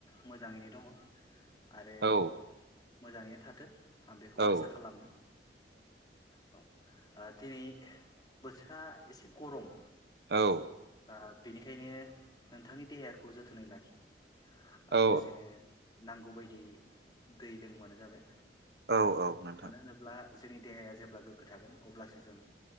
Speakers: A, on the left (about 25°); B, on the right (about 65°).
A: मोजाङैनो दङ आरो
B: औ
A: मोजाङैनो थाथों। आं बेखौ
B: औ
A: आसा खालामो। औ ओ दिनै बोथोरा एसे गर'म।
B: औ।
A: ओ बेनिखायनो नोंथांनि देहाखौ जोथोनै लाखि आरो
B: औ
A: लोगोसेनो नांगौबायदियै दै लोंबानो जाबाय।
B: औ औ नोंथां।
A: मानो होनोब्ला जोंनि देहाया जेब्ला गोग्गो थागोन अब्लासो जों